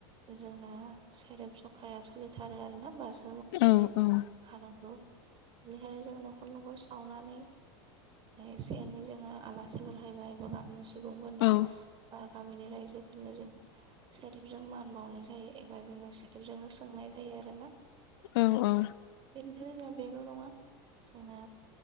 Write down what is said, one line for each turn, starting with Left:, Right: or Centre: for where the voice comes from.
Right: जोंना सेरेब जखाया सोलिथारो आरोना बाजार
Left: औ औ।
Right: नांगौ बेनिखायनो जों न'खर न'खर सावनानै एसे एनै जोङो आलासिफोर फैबाय बा गामिनि सुबुंफोरनो
Left: औ
Right: गामिनि रायजोफोरनो जों सोरेबजों मान बावनाय जायो एबा जोंना सोरेबजोंनो सोंनाय जायो। आरोना।
Left: औ औ।
Right: खिनथु जोंना बेल' नङा जोंना